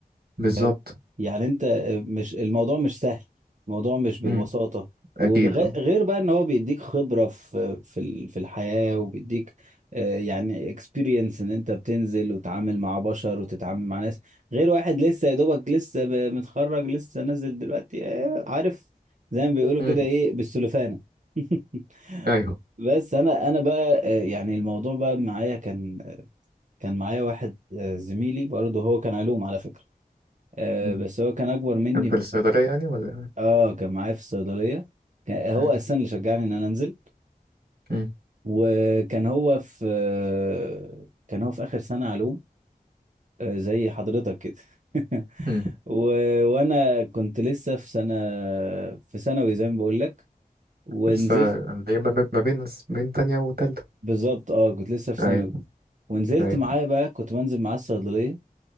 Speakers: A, on the right; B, on the right.
A: بالظبط
B: فاهم؟ يعني انت آه، مش الموضوع مش سهل الموضوع مش ببساطة
A: امم اكيد
B: وغير
A: اه
B: بقى ان هو بيديك خبرة في في ال- في الحياة وبيديك آه، يعني اكسبيرينس ان انت بتنزل وتتعامل مع بشر وتتعامل مع ناس غير واحد لسه يا دوبك لسه ب- متخرج لسه نازل دلوقتي آه، عارف زي ما بيقولوا
A: امم
B: كده ايه بالسلوفانة <laughs>
A: ايوه
B: بس انا انا بقى آه، يعني الموضوع بقى معايا كان كان معايا واحد آه، زميلي برضه هو كان علوم على فكرة آه
A: مم.
B: بس هو كان اكبر مني
A: كان في
B: ب...
A: الصيدلية يعني ولا
B: اه كان معايا في الصيدليه كان هو
A: أيوة.
B: اساسا اللي شجعني ان انا انزل
A: امم
B: وكان هو في آه، كان هو في اخر سنه علوم آه زي حضرتك كده <laughs>
A: مم.
B: و... وانا كنت لسه في سنه في ثانوي زي ما بقول لك ونزلت
A: لسه اللي هي ما بين ما بين بين تانية وتالتة
B: بالظبط اه كنت لسه في
A: أيوة
B: ثانوي ونزلت
A: أيوة
B: معاه بقى كنت بنزل معاه الصيدليه